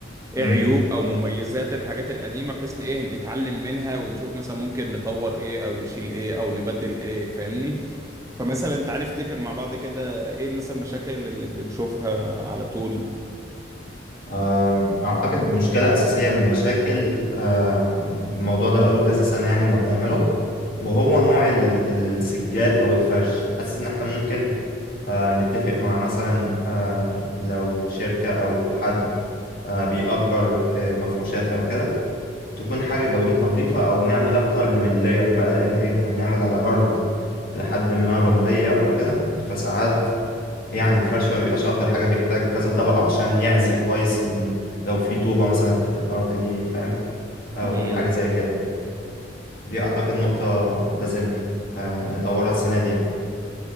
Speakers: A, on the right; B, on the left.
A: ايه
B: رأيك؟
A: عيوب او مميزات الحاجات القديمه بحيث ان ايه نتعلم منها ونشوف مثلا ممكن نطور ايه او نشيل ايه او نبدل ايه فاهمني فمثلا تعال نفتكر مع بعض كده ايه مثلا مشاكل اللي بنشوفها على طول
B: آه، أعتقد مشكلة أساسية من المشاكل آه، الموضوع ده بقاله كذا سنة يعني ما بنعمله وهو نوع ال- السجاد أو الفرش حاسس إن إحنا ممكن آه، نتفق مع مثلا آه، لو شركة أو حد آه، بيأجر آه، مفروشات أو كده تكون حاجة جودتها نظيفة أو نعمل أكتر من لاير بقى لأن إيه إحنا بنعمل على أرض لحد ما رملية أو كده فساعات يعني الفرش ما بيبقاش افضل حاجه بيحتاج كذا طبقه عشان يعزل كويس ان لو في طوبه مثلا تحت الارض دي فاهم او
A: امم
B: حاجه زي كده دي اعتقد نقطه لازم آه، نطورها السنه دي يعني.